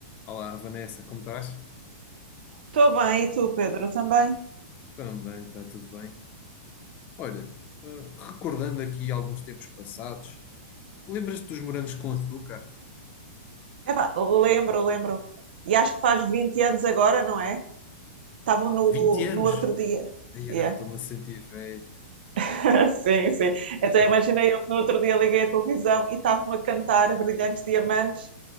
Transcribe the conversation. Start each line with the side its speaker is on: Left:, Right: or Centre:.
Left: Olá, Vanessa, como estás?
Right: Estou bem, e tu, Pedro, também?
Left: Também, está tudo bem. Olha, eh, recordando aqui alguns tempos passados, lembras-te dos morangos com açúcar?
Right: Epá, lembro, lembro. E acho que faz 20 anos agora, não é? Estavam no,
Left: Vinte anos!
Right: no outro dia.
Left: E
Right: Yeah.
Left: agora estou-me a sentir velho.
Right: <laughs> Sim, sim. Então
Left: Fogo.
Right: imaginei eu que no outro dia liguei a televisão e estavam a cantar Brilhantes Diamantes,